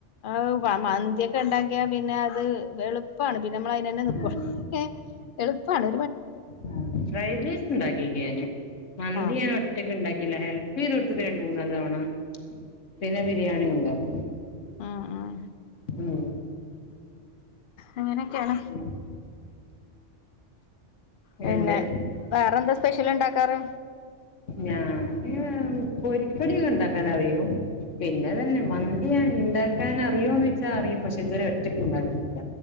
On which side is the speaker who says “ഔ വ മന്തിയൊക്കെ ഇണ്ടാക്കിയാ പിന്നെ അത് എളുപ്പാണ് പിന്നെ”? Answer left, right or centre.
Left